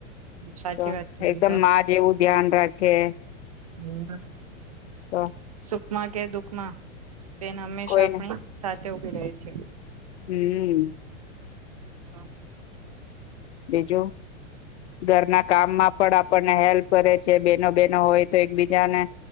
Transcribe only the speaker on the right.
સાચી
વાત કીધી
તો
<unintelligible>
સુખમા કે દુખમા બેન હંમેશા
આપણી સાચ તે ઉ કી રહે છે.
હા.